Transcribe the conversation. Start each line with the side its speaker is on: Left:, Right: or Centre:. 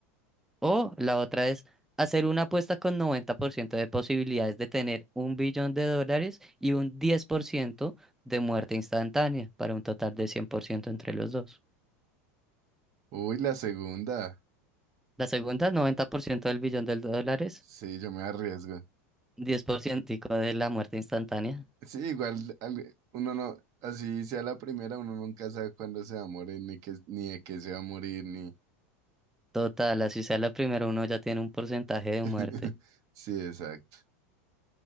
Centre: O la otra es hacer una apuesta con 90% de posibilidades de tener un billón de dólares y un 10% de muerte instantánea para un total de 100% entre los dos.
Right: Uy, la segunda.
Centre: La segunda, 90% del billón de dólares,
Right: Sí, yo me arriesgo.
Centre: 10% de la muerte instantánea.
Right: Sí, igual al- uno no, así sea la primera, uno nunca sabe cuándo se va a morir, ni qué, ni de qué se va a morir, ni.
Centre: Total, así sea la primera, uno ya tiene un porcentaje de
Right: <laughs>
Centre: muerte.
Right: Sí, exacto.